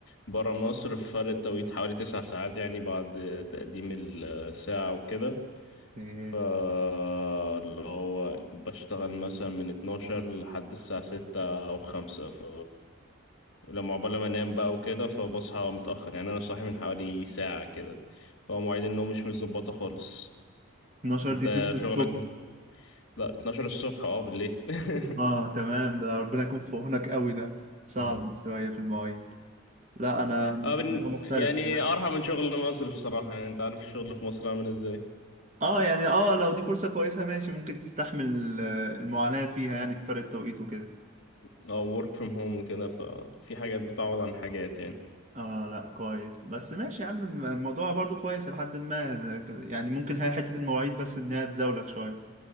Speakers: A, on the left; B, on the right.
A: برا مصر في فرق توقيت حوالي تسع ساعات يعني بعد تقديم الساعه وكده
B: إيه،
A: فاللي هو بشتغل مثلا من 12 لحد الساعة 6 أو 5 ف لما عقبال ما انام بقى وكده فبصحى متأخر يعني أنا صاحي من حوالي ساعة كده فهو مواعيد النوم مش متظبطة خالص
B: 12
A: أنت
B: دي 12 الصبح
A: شغلك لا 12 الصبح اه بالليل <laughs>
B: اه تمام ده ربنا يكون في عونك قوي ده صعب
A: مم.
B: شوية في المواعيد لا انا
A: اه بن...
B: الموضوع مختلف
A: يعني أرحم من شغل مصر بصراحة يعني أنت عارف الشغل في مصر عامل ازاي
B: اه يعني اه لو دي فرصة كويسة ماشي ممكن تستحمل آه، المعاناة فيها يعني في فرق التوقيت وكده
A: اه work from home وكده ففي حاجات بتعوض عن حاجات يعني
B: اه لا كويس بس ماشي يا عم الم- الموضوع برضو كويس لحد ما يعني ممكن هي حتة المواعيد بس انها تزاولك شوية